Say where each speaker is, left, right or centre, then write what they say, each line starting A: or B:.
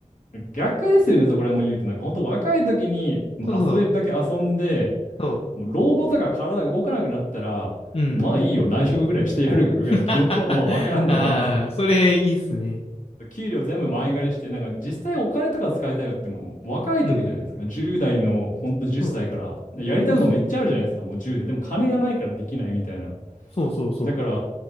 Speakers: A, on the left; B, on the left.
A: 逆ですよね、そこら辺も言うと。なんか、本当若い時にもう遊べるだけ遊んで、
B: そうそう。そ
A: もう老後とか体動かなくなったら、
B: う。うん。
A: まあいいよ、内職ぐらいしてやるぐらいの気持ちはまあわからんでもないんですよ。
B: <laughs> ああ、それいいっすね。
A: 給料全部前借りして、なんか実際お金とか使いたいのってもう若い時じゃないですか。
B: うん。
A: 10代のほんと10歳から、
B: そう
A: やりたいことめっちゃあるじゃないですか、
B: そうそう。
A: もう10で。でも金がないからできないみたいな。
B: そうそうそう。
A: だから、